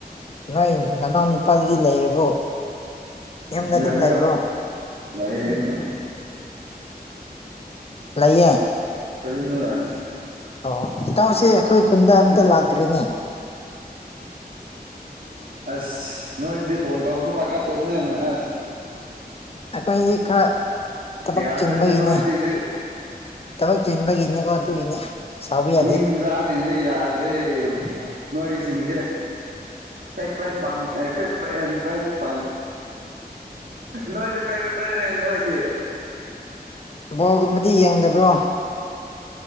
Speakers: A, on the left (about 35°); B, on the right (about 65°).
A: ꯅꯣꯏ ꯅꯅꯥꯎ ꯅꯨꯄꯥꯗꯨꯗꯤ ꯂꯩꯔꯕꯣ ꯌꯨꯝꯗ ꯑꯗꯨꯝ
B: ꯂꯩ
A: ꯂꯩꯕ꯭ꯔꯣ
B: ꯂꯩꯕ
A: ꯂꯩꯌꯦ
B: ꯂꯥꯏ
A: ꯑꯣ ꯏꯇꯥꯎꯁꯦ ꯑꯩꯈꯣꯏ ꯈꯨꯟꯗ ꯑꯝꯇ ꯂꯥꯛꯇ꯭ꯔꯤꯅꯦ
B: ꯑꯁ ꯅꯣꯏꯗꯤ ꯐꯣꯟ ꯇꯧꯔꯁꯨ ꯄꯥꯈꯥꯠꯇꯕꯅꯦꯅ ꯑꯁ
A: ꯑꯩꯈꯣꯏꯗꯤ ꯈꯔ ꯊꯕꯛ
B: ꯌꯥꯗ꯭ꯔꯦꯅꯦ
A: ꯆꯤꯟꯕꯒꯤꯅꯤ
B: ꯅꯣꯏꯁꯤꯗꯤ
A: ꯊꯕꯛ ꯆꯤꯟꯕꯒꯤꯅꯤꯀꯣ ꯑꯗꯨꯒꯤꯅꯤ ꯁꯥꯎꯕ ꯌꯥꯗꯦ
B: ꯅꯤꯡꯝꯖꯥ ꯁꯤꯤꯡꯗꯦꯗ꯭ꯔꯦ ꯅꯣꯏꯣꯏ ꯁꯤꯤꯡꯗꯦ ꯐ ꯐꯦꯟ ꯄꯥꯡ ꯑꯦ ꯐ ꯐ ꯐ꯭ꯔꯦꯟ ꯄ ꯅꯣꯏꯗꯤ ꯐ ꯄꯦꯅ ꯍꯣꯏꯗꯌꯦꯦ
A: ꯕꯣꯒꯨꯝꯕꯗꯤ ꯌꯦꯡꯗꯕ꯭ꯔꯣ